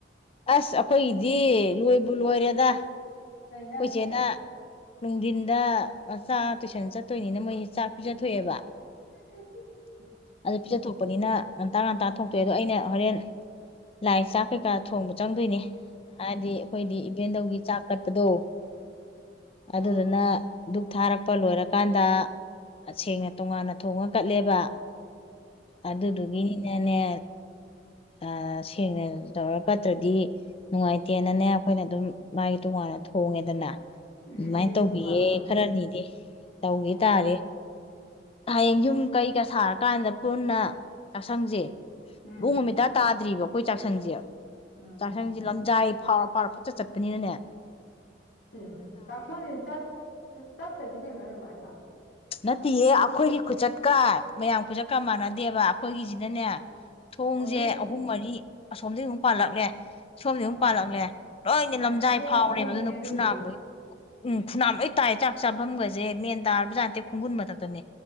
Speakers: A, on the left; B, on the left.
A: ꯑꯁ ꯑꯩꯈꯣꯏꯒꯤꯗꯤ ꯂꫭꯏꯕꯨ ꯂꯣꯏꯔꯦꯗ꯫
B: ꯀꯩ ꯏꯟꯖꯥꯡ
A: ꯑꯩꯈꯣꯏꯆꯦꯅ
B: ꯊꯣꯡꯉꯕ
A: ꯅꯨꯡꯊꯤꯟꯗ ꯃꯆꯥ ꯇꯨꯏꯁꯟ ꯆꯠꯇꯣꯏꯅꯤꯅ ꯃꯣꯏꯁꯤ ꯆꯥꯛ ꯄꯤꯖꯊꯣꯛꯑꯦꯕ꯫
B: ꯎꯝ <unintelligible>
A: ꯑꯗꯨ ꯄꯤꯖ ꯊꯣꯛꯄꯅꯤꯅ ꯉꯟꯇꯥ ꯉꯟꯇꯥ ꯊꯣꯛꯇꯣꯛꯑꯦ ꯑꯗꯣ ꯑꯩꯅ ꯍꯣꯔꯦꯟ ꯂꯥꯏ ꯆꯥꯛ ꯀꯩꯀꯥ ꯊꯣꯡꯕ ꯆꯪꯗꯣꯏꯅꯦ ꯍꯥꯏꯗꯤ ꯑꯩꯈꯣꯏꯗꯤ ꯏꯕꯦꯟꯗꯧꯒꯤ ꯆꯥꯛ ꯀꯠꯄꯗꯣ꯫ ꯑꯗꯨꯗꯨꯅ
B: ꯑꯥ
A: ꯗꯨꯛ ꯊꯥꯔꯛꯄ ꯂꯣꯏꯔꯀꯥꯟꯗ ꯁꯦꯡꯅ ꯇꯣꯉꯥꯟꯅ ꯊꯣꯡꯉ ꯀꯠꯂꯦꯕ ꯑꯗꯨꯗꯨꯒꯤꯅꯅꯦ꯫
B: ꯎꯝꯝ
A: ꯑ ꯁꯦꯡꯅ ꯇꯧꯔ ꯀꯠꯇ꯭ꯔꯗꯤ ꯅꯨꯡꯉꯥꯏꯇꯦꯅꯅꯦ ꯑꯩꯈꯣꯏꯅ ꯑꯗꯨꯝ ꯃꯥꯒꯤ ꯇꯣꯉꯥꯟꯅ ꯊꫭꯡ ꯊꯣꯡꯉꯦꯗꯅ
B: ꯕꯤꯑꯦꯠꯇ
A: ꯑꯗꯨꯃꯥꯏꯅ ꯇꯧꯕꯤꯌꯦ
B: ꯀꯨꯃꯥꯔ ꯑꯥ
A: ꯈꯔꯅꯤꯗꯤ ꯇꯧꯒꯤ
B: ꯑꯣ
A: ꯇꯥꯔꯦ꯫ ꯍꯌꯦꯡ ꯌꯨꯝ ꯀꯩꯀ ꯁꯥꯔꯀꯥꯟꯗ ꯄꯨꯟꯅ ꯆꯥꯛꯁꯪꯁꯦ꯫
B: ꯎꯝ
A: ꯃꯑꯣꯡ ꯑꯃ ꯏꯇꯥ ꯇꯥꯗ꯭ꯔꯤꯕ ꯑꯩꯈꯣꯏ ꯆꯥꯛꯁꯪꯁꯦ
B: ꯎꯝ
A: ꯆꯥꯛꯁꯪꯁꯦ ꯂꯝꯖꯥꯏ ꯐꯥꯎꯔ ꯐꯥꯎꯔ ꯄꯪꯆꯠ ꯆꯠ ꯄꯅꯤꯅꯅꯦ꯫
B: ꯎꯝ ꯆꯥꯛꯁꯪ ꯗꯤ ꯆꯠ ꯆꯠꯇꯗꯤ ꯀꯩꯅꫭ ꯑꯗꯨꯃꯥꯏꯅ꯫
A: ꯅꯠꯇꯤꯌꯦ ꯑꯈꯣꯏꯒꯤ ꯈꯨꯆꯠꯀ ꯃꯌꯥꯝ ꯈꯨꯆꯠꯀ ꯃꯥꯟꯅꯗꯦꯕ ꯑꯈꯣꯏꯒꯤꯖꯤ ꯅꯅꯦ
B: ꯎꯝ
A: ꯊꯣꯡꯖꯦ
B: ꯑꯣ ꯅꯣꯏ
A: ꯑꯍꯨꯝ ꯃꯔꯤ ꯑꯁꯣꯝꯗꯒꯤ ꯑꯃꯨꯛ ꯄꯥꯜꯂꯛꯂꯦ ꯁꯣꯝꯗꯩ ꯑꯃꯨꯛ
B: ꯑꯣ
A: ꯄꯥꯜꯂꯛꯂꯦ ꯂꯣꯏꯅ
B: ꯃꯥꯅꯦ
A: ꯂꯝꯖꯥꯏ
B: ꯊꯣꯡ
A: ꯐꯥꯎꯔꯦꯕ
B: ꯑꯍꯨꯝꯅꯤꯅꯦ
A: ꯑꯗꯨꯅ
B: ꯑꯗꯨꯕꯨꯗꯤ
A: ꯈꯨꯅꯥꯝ ꯎꯝ ꯐꯨꯅꯥꯝ ꯂꯣꯏ ꯇꯥꯏ ꯆꯥꯛ ꯆꯥꯕꯝꯒꯁꯦ ꯃꯦꯟ ꯇꯥꯔꯕꯖꯥꯠ ꯅꯠꯇꯦ ꯈꯣꯡꯒꯨꯟ ꯃꯊꯛꯇꯅꯦ